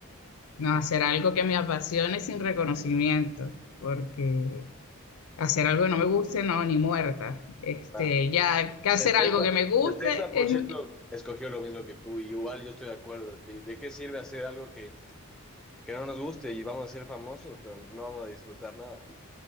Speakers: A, on the left (about 80°); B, in the centre.
A: No, hacer algo que me apasione sin reconocimiento, porque hacer algo que no me guste, no, ni muerta. Este,
B: Ah,
A: ya que hacer
B: Setenta,
A: algo que me guste
B: setenta
A: es...
B: por ciento escogió lo mismo que tú, y igual yo estoy de acuerdo. ti- ¿De qué sirve hacer algo que, que no nos guste y vamos a ser famosos, pero no vamos a disfrutar nada?